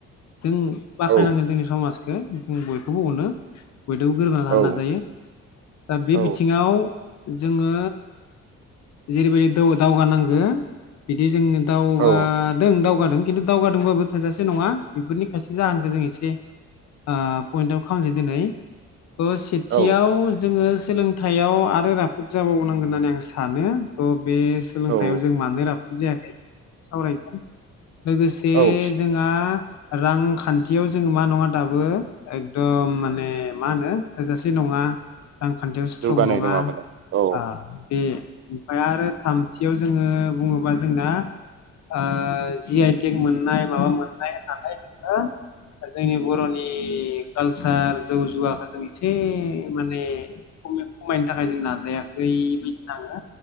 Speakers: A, on the left (about 60°); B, on the right (about 45°).
A: जों बाख्नायनांगोन
B: औ
A: जोंनि समाज जों बयखौबो अनो बयदबो गोरोबा रानना
B: औ
A: जायो दा बे
B: औ
A: बिथिङाव जोङो जेरैबायदि दौ दावगानांगो बिदि जोङो दावगादों
B: औ
A: दाव दावगादों खिन्थु दावगादोंबाबो थोजासे नङा बेफोरनि खायसे जाहोनखौ जों एसे ओ पयेन्ट आउट खालामनोसै दिनै ओ सेथियाव
B: औ
A: जोङो सोलोंथाइयाव आरो राफोद जाबावनांगोन होननानै आं सानो थह बे सोलोंथायाव
B: औ
A: जों मानो राफ जायाखै सावरायदों। लोगोसे
B: औ
A: जोंहा रां खान्थियाव जोङो मा नङा दाबो एकदम माने मा होनो थोजासे नङा। रांखान्थियाव स्ट्रं
B: जौगानाय
A: नङा
B: माने औ
A: आ बे ओमफ्राय आरो थामथियाव जोङो बुङोबा जोंना ओ जि आइ टेक मोननाय माबा मोननाय होननानै जोङो जोंनि बर'नि कालसार जौ जुवाखौ जों एसे माने ख खमायनो थाखाय जों नाजायाखै बायदि थाङो।